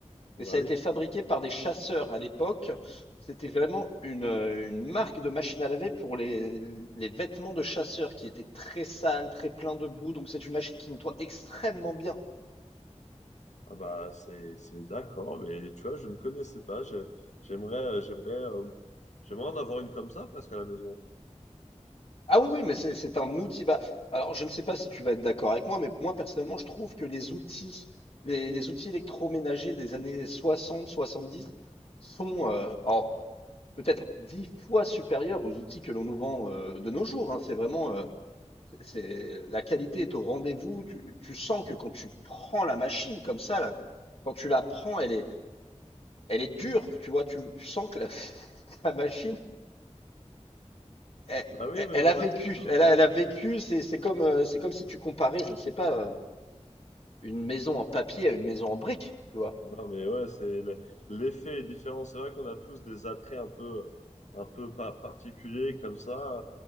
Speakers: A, on the left (about 80°); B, on the left (about 55°).
A: Bah
B: Mais ça
A: oui.
B: a été fabriqué par des chasseurs à l'époque. C'était vraiment une, euh, une marque de machine à laver pour les, les vêtements de chasseurs qui étaient très sales, très pleins de boue. Donc c'est une machine qui nettoie extrêmement bien.
A: Ah bah c'est c'est d'accord, mais tu vois, je ne connaissais pas. Je- j'aimerais euh, j'aimerais euh, j'aimerais en avoir une comme ça presque à la maison.
B: Ah oui, oui, mais c'est c'est un outil. Bah, alors, je ne sais pas si tu vas être d'accord avec moi, mais moi, personnellement, je trouve que les outils, les, les outils électroménagers des années soixante soixante-dix sont euh, en- peut-être dix fois supérieurs aux outils que l'on nous vend euh, de nos jours. hein. C'est vraiment, euh, c'est, c'est- la qualité est au rendez-vous. Tu, tu sens que quand tu prends la machine comme ça, là, quand tu la prends, elle est, elle est dure. Tu vois, tu, tu sens que la, <laughs> la machine, elle,
A: Bah oui, mais
B: elle-
A: moi,
B: a vécu,
A: c'est- non,
B: elle
A: mais
B: a,
A: je-
B: elle a vécu, c'est c'est comme, euh, c'est comme si tu comparais, je ne sais pas, euh, une maison en papier à une maison en brique, tu vois.
A: Non, mais ouais, c'est le- l'effet est différent. C'est vrai qu'on a tous des attraits un peu, un peu pa- particuliers comme ça.